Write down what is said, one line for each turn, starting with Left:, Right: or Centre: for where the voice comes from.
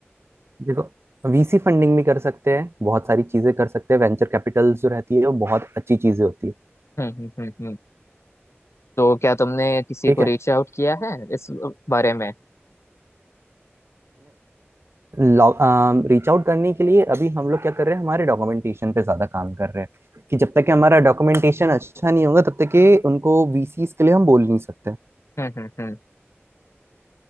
Right: देखो वीसी फंडिंग भी कर सकते हैं बहुत सारी चीजें कर सकते हैं वेंचर कैपिटल जो रहती है वो बहुत अच्छी चीजें होती है
Left: हम्म हम्म हम्म हम्म। तो क्या तुमने किसी
Right: ठीक
Left: को
Right: है
Left: रीच आउट किया है इस बारे में
Right: नहीं रीच आउट करने के लिए अभी हम लोग क्या कर रहे हैं हमारे डॉक्यूमेंटेशन पे ज्यादा काम कर रहे हैं कि जब तक कि हमारा डॉक्यूमेंटेशन अच्छा नहीं होगा तब तक कि उनको वीसीस के लिए हम बोल नहीं सकते
Left: हम्म हम्म हम्म